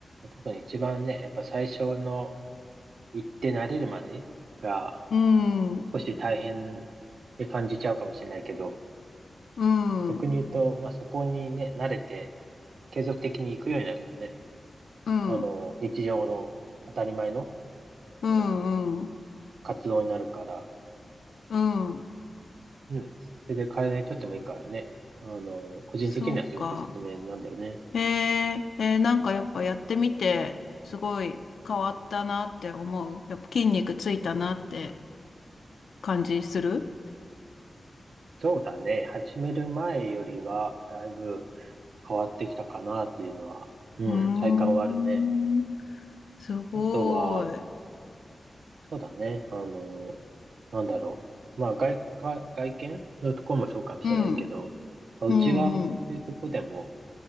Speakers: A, on the right; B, on the left.
A: 特に一番ね、やっぱ最初の行って慣れるまでが
B: うん。
A: 少し大変に感じちゃうかもしれないけど、
B: うん、
A: 逆に言うと、
B: うん、
A: まあそこにね、慣れて継続的に行くようになるとね、
B: うん、
A: あの、日常の当たり前の、
B: うん、
A: あの、活動になるから、
B: うん。
A: ね、それで体にとってもいいからね。あの、個人的にはすごくおすすめなんだよね。
B: そうか。へえ、えーなんかやっぱやってみて、すごい変わったなって思う。やっぱ筋肉ついたなって感じする
A: そうだね。始める前よりは、だいぶ変わってきたかなっていうのは、うん、
B: うーん、
A: 体感はあるね。
B: すごい。
A: あとは、そうだね。あの、なんだろう。まあ、外か、外見のところもそうかもしれないけど、
B: うん、
A: まあ内側っていうところでも、
B: うん、うん、